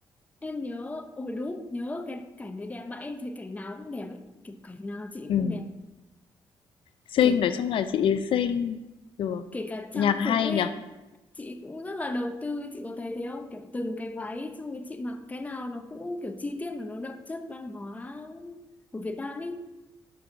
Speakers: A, on the left (about 15°); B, on the left (about 70°).
A: em nhớ ôi đúng nhớ cái cảnh đấy đẹp mà em thấy cảnh nào cũng đẹp ấy kiểu cảnh nào chị
B: Ừm,
A: cũng đẹp
B: xinh,
A: kể
B: nói chung là chị ý xinh. Được.
A: kể cả trang
B: Nhạc hay
A: phục ấy
B: nhở,
A: chị cũng rất là đầu tư chị có thấy thế không kiểu từng cái váy xong cái chị mặc cái nào nó cũng kiểu chi tiết mà nó đậm chất văn hóa của Việt Nam ấy